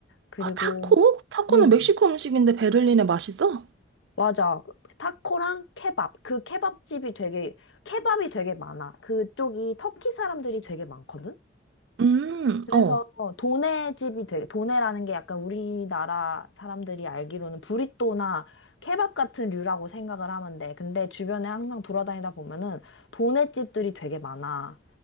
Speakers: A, on the left; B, on the right.
A: 그리고
B: 아, 타코? 타코는
A: 음.
B: 멕시코 음식인데 베를린에 맛있어?
A: 맞아. 타코랑 케밥. 그 케밥집이 되게, 케밥이 되게 많아. 그쪽이 터키 사람들이 되게 많거든?
B: 음,
A: 그래서
B: 어.
A: 도네 집이 되게 도네라는 게 약간 우리나라 사람들이 알기로는 브리또나 케밥 같은 류라고 생각을 하면 돼. 근데 주변에 항상 돌아다니다 보면은 도네 집들이 되게 많아.